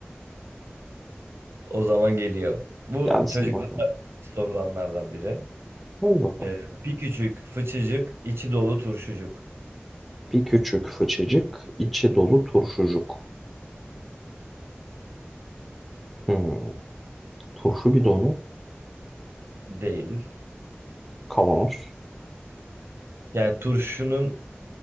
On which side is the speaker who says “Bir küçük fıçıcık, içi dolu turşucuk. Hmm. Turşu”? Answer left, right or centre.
Centre